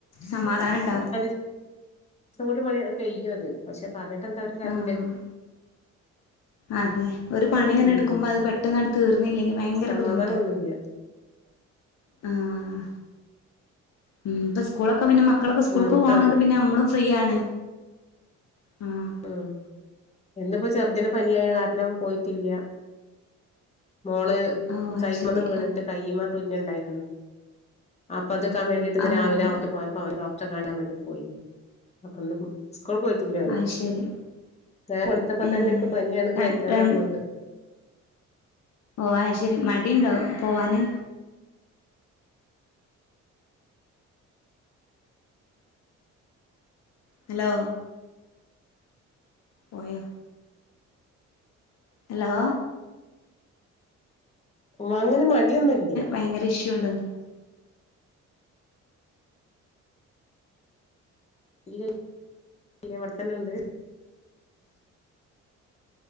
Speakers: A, on the left (about 60°); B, on the left (about 20°).
A: സമാധാനം ഇണ്ടാവുല.
B: അതോട് കൂടി അത് കയും അത്. പക്ഷെ പറ്ഞ്ഞിട്ട് എന്താ ഒരു കാര്യവുല്ലെ
A: ആഹ് അതെ ഒരു പണി ഇങ്ങനെ
B: ഉം
A: ഇടുക്കുമ്പ അത് പെട്ടെന്ന് അടുത്ത് തീർന്നില്ലെങ്കി ഭയങ്കര
B: സമാധാനൊന്നുല്ല
A: ബുദ്ധിമുട്ടാ ആഹ് ഉം ഇപസ് സ്കൂളൊക്കെ പിന്നെ മക്കളൊക്കെ സ്കൂൾക്ക്
B: ഉം
A: പോണോണ്ട്
B: ആണ്
A: പിന്നെ നമ്മളും ഫ്രീയാണ് ആഹ്.
B: ഉം ഇന്നിപ്പോ ചെറുതിന് പനിയായ കാര്ണം പോയിട്ടില്ല മോള്
A: ഓ
B: സൈക്കിളിന്ന്
A: അത് ശരി
B: വീണിട്ട് കയ്യ്മ്മെ തുന്നല് ഇണ്ടായിര്ന്നു. അപ്പ അത് ഇക്കാൻ വേണ്ടിയിട്ട് ഇന്ന്
A: ആഹ്
B: രാവിലെ അവൾട്ട് പോയപ്പോ അവ ഡോക്ടറെ കാണാൻ വേണ്ടി പോയിനി അപ്പ ഇന്ന് സ്കൂൾ പോയിട്ടില്ലേ അവന്
A: അത് ശരി
B: നേവെൾത്തപ്പ
A: ഏഹ്
B: തന്നെ ഇക്ക് പനിയാണ് ഇക്ക്
A: ര
B: വെജാന്ന്
A: രൺ
B: പറഞ്ഞ്ണ്ട്.
A: പോ ആ ശെരി മടി ഇണ്ടൊപോവാന്. ഹലൊ പോയൊ ഹലോ
B: ഉം അങ്ങനെ മടിയൊന്നു ഇല്ല
A: ഭയങ്കെര ഇഷ്യു ഇണ്ട്ന്ന്
B: ഇല്ല ഇവര്ത്തന്ന ഉണ്ട്